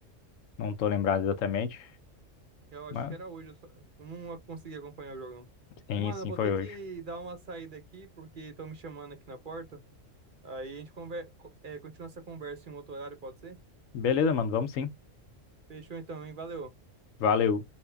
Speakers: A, on the left; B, on the right.
A: não tô lembrado exatamente,
B: Eu acho
A: mas
B: que era hoje, eu, só, eu não consegui acompanhar o jogão.
A: sim,
B: Ô, Mano,
A: sim,
B: eu vou
A: foi
B: ter
A: hoje.
B: que dar uma saída aqui, porque estão me chamando aqui na porta. Aí a gente conver... co- é, continua essa conversa em um outro horário, pode ser?
A: Beleza, mano, vamos sim.
B: Fechou então, hein? Valeu.
A: Valeu.